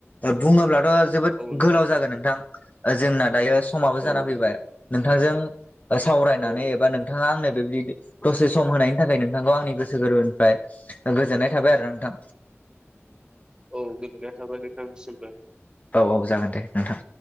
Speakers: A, on the left; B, on the right.
A: ओ बुङाबाथ' अ जोबोद
B: औ
A: गोलाव
B: नंगौ
A: जागोन नोंथां जोंना दायो समाबो जाना
B: औ
A: फैबाय
B: नंगौ
A: नोंथांजों सावरायनानै
B: औ
A: एबा नोंथाङा आंनो <unintelligible> दसे सम होनायनि थाखाय नोंथांखौ आंनि गोसो गोरबोनिफ्राय गोजो गोजोननाय थाबाय आरोना नोंथां
B: औ गोजोननाय थाबाय नोंथांनिसिमबो
A: औ-औ जागोन दे नोंथां